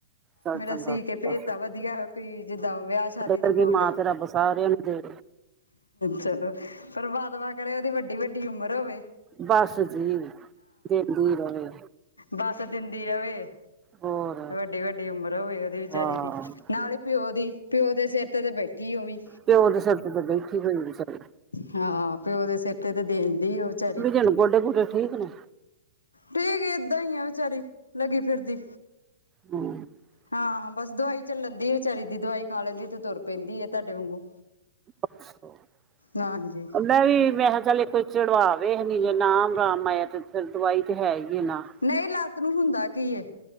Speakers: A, on the right; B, on the left.
A: ਚੱਲ
B: ਮੇਰਾ
A: ਚੰਗਾ
B: ਸੀਅ
A: ਤੁਹਾਡੇ
B: ਕੇ ਭੇਜਤਾ ਵਧੀਆ, ਪੀ ਜਿੱਦਾਂ ਵਿਆਹ ਸ਼ਾਦੀ
A: ਵਰਗੀ
B: ਤੇ ਪਾਉਣ
A: ਮਾਂ
B: ਲਈ।
A: ਤੇ ਰੱਬ ਸਾਰਿਆਂ ਨੂੰ ਦੇ
B: ਚਲੋ ਪਰਮਾਤਮਾ ਕਰੇ ਉਹਦੀ ਵੱਡੀ-ਵੱਡੀ ਉਮਰ ਹੋਵੇ।
A: ਬਾੱਸ ਜੀ, ਦੇਂਦੀ ਰਵੇ।
B: ਬੱਸ ਦਿੰਦੀ ਰਵੇ,
A: ਹੋਰ
B: ਵੱਡੀ-ਵੱਡ ਡੀ ਉਮਰਾ ਹੋਏ ਓਦੀ ਵਚਾਰੀ
A: ਹਾਂ
B: ਦੀ ਨਾਲੇ ਪਓ ਦੀ, ਪਓ ਦੇ ਸੇਰ ਤੇ, ਤੇ ਬੈਠੀ ਏ ਓ ਵੀ।
A: ਪਓ ਦੇ ਸੇਰ ਤੇ ਬੈਠੀ। ਹਜ਼ੂਰ ਸਾਹਿਬ।
B: ਹਾਂ ਪਓ ਦੇ ਸੇਰ ਤੇ ਦੇਨ ਦੇ, ਓ ਵਚਾਰੀ।
A: ਹੁਣ ਗੋਡੇ ਗੁਡੇ ਠੀਕ ਨੇ।
B: ਠੀਕ ਏ, ਏਦਾਂ ਹੀ ਆ ਵਿਚਾਰੀ ਲੱਗੀ ਫਿਰਦੀ।
A: ਹਮ
B: ਹਾਂ, ਬਸ ਦਵਾਈ ਚੱਲਣ ਦੀ ਐ ਵਿਚਾਰੀ ਦੀ, ਦਵਾਈ ਖਾ ਲੈਂਦੀ ਐ ਤੇ ਤੁਰ ਪੈਂਦੀ ਐ ਤੁਹਾਡੇ ਵਾਂਗੂ।
A: ਅੱਛਾ,
B: ਹਾਂਜੀ
A: ਮੈਂ ਵੀ ਮੈਂ ਕਿਹਾ ਚੱਲ ਇੱਕ ਵਾਰੀ ਚੜਵਾਵੇ ਹਲੀ ਜੇ ਨਾ ਆਰਾਮ ਆਇਆ, ਤੇ ਫਿਰ ਦਵਾਈ ਤੇ ਹੈ ਹੀ ਏ ਨਾ।
B: ਨਈ, ਲਾੱਤ ਨੂੰ ਹੁੰਦਾ ਕੀ ਏ?